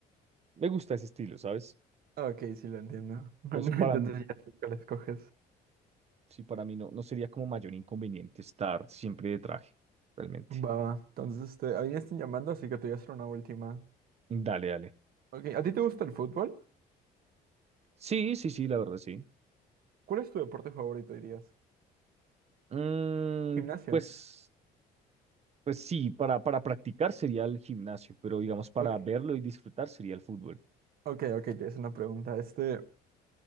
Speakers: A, on the right; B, on the right.
A: me gusta ese estilo, ¿sabes?
B: Ok, sí lo entiendo. <laughs> Bueno,
A: Entonces, para,
B: entonces
A: m-
B: ya sé cuál escoges.
A: sí, para mí no, no sería como mayor inconveniente estar siempre de traje, realmente.
B: Va, va. Entonces, este, a mí me están llamando, así que te voy a hacer una última.
A: Dale, dale.
B: Ok, ¿a ti te gusta el fútbol?
A: Sí, sí, sí, la verdad, sí.
B: ¿Cuál es tu deporte favorito, dirías?
A: Mm,
B: ¿Gimnasio?
A: pues, pues sí, para, para practicar sería el gimnasio, pero digamos para
B: Ok,
A: verlo y disfrutar sería el fútbol.
B: ok, ok, te es una pregunta. Este,